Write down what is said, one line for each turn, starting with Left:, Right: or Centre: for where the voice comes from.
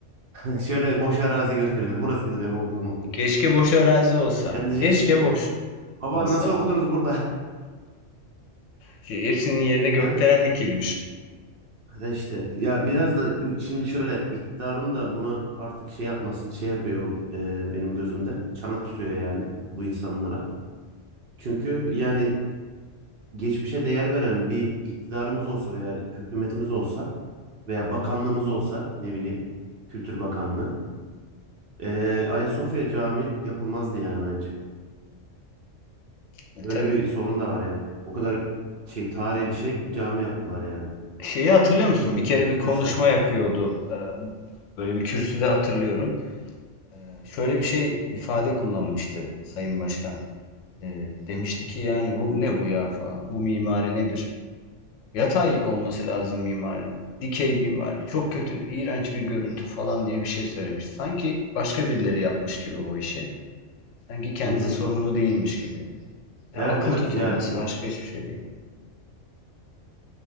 Right: <laughs> Şöyle boş arazi gösteriyorum. Burasıydı benim okuduğum okul.
Left: Keşke boş arazi olsa.
Right: Yani diyecek
Left: Keşke boş
Right: baba
Left: olsa.
Right: nasıl okudunuz burada? <laughs>
Left: Şey, hepsinin yerine gökdelen
Right: Yani
Left: dikilmiş.
Right: Ha işte ya biraz da şimdi şöyle iktidarın da bunu artık şey yapması şey yapıyor e, benim gözümde çanak tutuyor yani bu insanlara. Çünkü yani geçmişe değer veren bir iktidarımız olsa veya hükümetimiz olsa veya bakanlığımız olsa ne bileyim Kültür Bakanlığı e, Ayasofya Camii yapılmazdı yani bence.
Left: E,
Right: Öyle
Left: tabii.
Right: bir sorun da var yani. O kadar şey tarihi bir şey cami yaptılar yani.
Left: Şeyi hatırlıyor musun?
Right: Neyine
Left: Bir kere
Right: gerekiyorsa.
Left: bir konuşma yapıyordu. e, Böyle bir kürsüde hatırlıyorum. E, Şöyle bir şey ifade kullanmıştı Sayın Başkan. Ee, demişti ki yani bu ne bu ya falan. Bu mimari nedir? Yatay olması lazım mimarinin. Dikey mimari. Çok kötü, iğrenç bir görüntü falan diye bir şey söylemiş. Sanki başka birileri yapmış gibi o işi. Sanki kendisi
Right: Hı hı.
Left: sorumlu değilmiş gibi. Ya
Right: Evet
Left: akıl
Right: evet
Left: tutulması
Right: ya
Left: başka hiçbir şey değil.